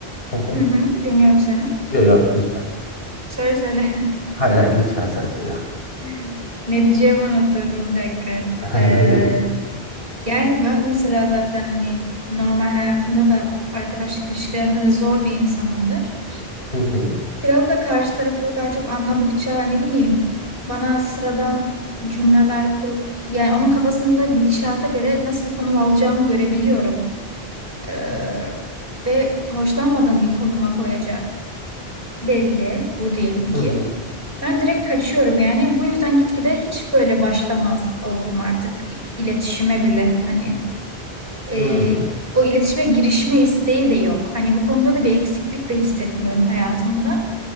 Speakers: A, on the left; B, on the right.
A: Hı hı.
B: Hı hı, dinliyorum seni.
A: Yo yo lütfen.
B: Söyle söyle.
A: Hayır hayır lütfen sen söyle.
B: <laughs> Ne diyeceğimi unutturdum bir dakika.
A: <laughs>
B: Ee,
A: Öyle mi?
B: yani ben mesela zaten hani normal hayatımda da arkadaşlık ilişkilerimde de zor bir insanımdır.
A: Hı hı.
B: Biraz da karşı tarafı daha çok anladıkça ne bileyim bana sıradan cümleler kurup yani onun kafasında gidişata göre nasıl konum alacağımı görebiliyorum. Ee, ve hoşlanmadığım bir konuma koyacak belli bu diyelim
A: Hı
B: ki.
A: hı.
B: Ben direkt kaçıyorum yani. Bu yüzden gitgide hiç böyle başlamaz oldum artık iletişime bile. Hani e,
A: Hı.
B: o iletişime girişme isteği de yok. Hani bu konuda da bir eksiklik de hissetmiyorum hayatımda.